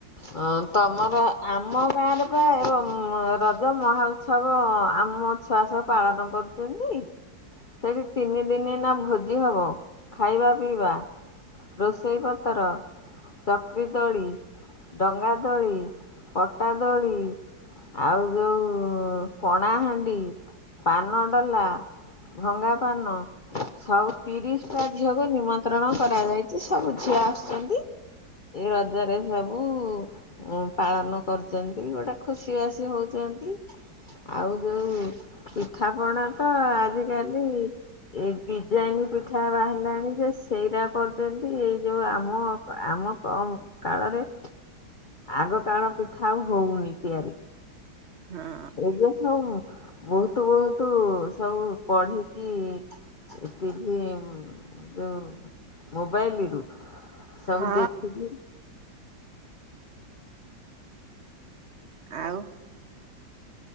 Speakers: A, on the left; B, on the right.
A: ହ ତମର ଆମ ଗାଁରେ ପା ରଜ ମହା ଉତ୍ସବ ଆମ ଛୁଆ ସବୁ ପାଳନ କରୁଚନ୍ତି। ସେଠି ତିନି ଦିନ ଏଇନା ଭୋଜି ହବ ଖାଇବା ପିଇବା। ରୋଷେଇ ପତର। ଚକ୍ରି ଦୋଳି, ଡଙ୍ଗା ଦୋଳି, ପଟାଦୋଳି। ଆଉ ଯୋଉ ପଣାହାଣ୍ଡି, ପାନ ଡଲା। ଭଙ୍ଗାପାନ ସାଉ ତିରିଶ ଟା ଝିଅକୁ ନିମନ୍ତ୍ରଣ କରାଯାଇଛି ସବୁ ଝିଅ ଆସୁଛନ୍ତି। ଏଇ ରଜରେ ସବୁ ଉଁ ପାଳନ କରୁଛନ୍ତି ଗୋଟେ ଖୁସି ବାସି ହଉଚନ୍ତି। ଆଉ ଯୋଉ ପିଠାପଣା ତ ଆଜିକାଲି। ଏ ଡିଜାଇନ ପିଠା ବାହାରିଲାଣି ଯେ ସେଇରା କରିଛନ୍ତି ଏଇ ଯୋଉ ଆମ ଆମ କମ୍ କାଳରେ। ଆଗ କାଳ ପିଠା ଆଉ ହଉନି ତିଆରି।
B: ହଁ।
A: ଏବେ ସବୁ ବହୁତ ବହୁତ ସବୁ ପଢିକି। ଏଟିଭି ଉଂ ଯଉ ମୋବାଇଲରୁୁ। ସବୁ
B: ହଁ
A: ଦେଖିକି।
B: ଆଉ